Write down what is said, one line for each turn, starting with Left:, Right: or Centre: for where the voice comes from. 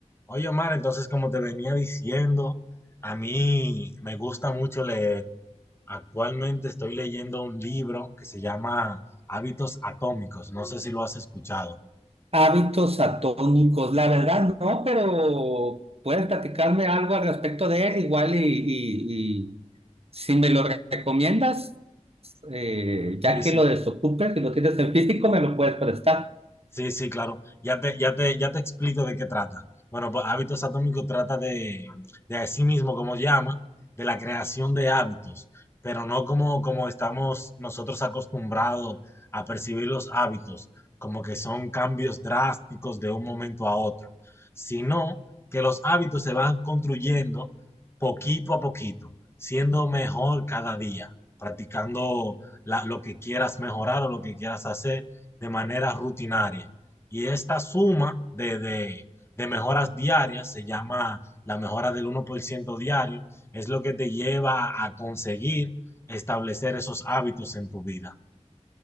Left: Oye, Omar, entonces como te venía diciendo, a mí me gusta mucho leer. Actualmente estoy leyendo un libro que se llama Hábitos Atómicos. No sé si lo has escuchado.
Right: Hábitos atónicos, la verdad no, pero puedes platicarme algo al respecto de él, igual y, y- y si me lo re- recomiendas, eh, ya
Left: Sí,
Right: que
Left: sí.
Right: lo desocupes, si lo tienes en físico, me lo puedes prestar.
Left: Sí, sí, claro. Ya te, ya te, ya te explico de qué trata. Bueno, pues hábitos atómicos trata de, de así mismo, como llama, de la creación de hábitos, pero no como, como estamos nosotros acostumbrados a percibir los hábitos, como que son cambios drásticos de un momento a otro, sino que los hábitos se van construyendo poquito a poquito, siendo mejor cada día, practicando la- lo que quieras mejorar o lo que quieras hacer de manera rutinaria. Y esta suma de, de, de mejoras diarias se llama la mejora del uno por ciento diario, es lo que te lleva a conseguir establecer esos hábitos en tu vida.